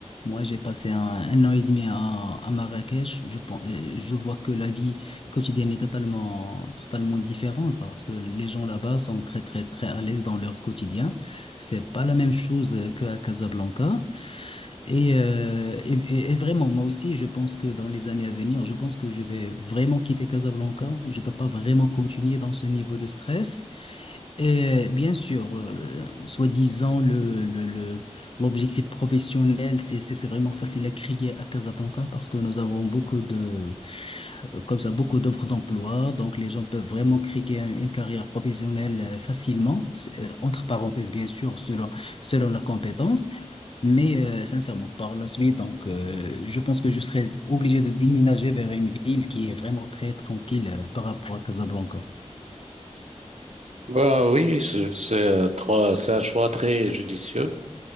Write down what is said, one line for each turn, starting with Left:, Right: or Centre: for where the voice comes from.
Left: Moi, j'ai passé un, un an et demi à, à Marrakech. Je pense, euh, je vois que la vie quotidienne est totalement, totalement différente parce que les gens là-bas sont très, très, très à l'aise dans leur quotidien. C'est pas la même chose euh, qu'à Casablanca. Et, euh, et, et- et vraiment, moi aussi, je pense que dans les années à venir, je pense que je vais vraiment quitter Casablanca. Je peux pas vraiment continuer dans ce niveau de stress. Et bien sûr, euh, soi-disant, le, le, le- l'objectif professionnel, c'est, c'est c'est vraiment facile à crier à Casablanca parce que nous avons beaucoup de, euh, comme ça, beaucoup d'offres d'emploi. Donc, les gens peuvent vraiment crier un- une carrière professionnelle euh, facilement, C'est, euh, entre parenthèses, bien sûr, selon, selon la compétence. Mais euh, sincèrement, par la suite, donc, euh, je pense que je serais obligé de déménager vers une ville qui est vraiment très tranquille euh, par rapport à Casablanca.
Right: Bah oui, c'est c'est un trois- c'est un choix très judicieux.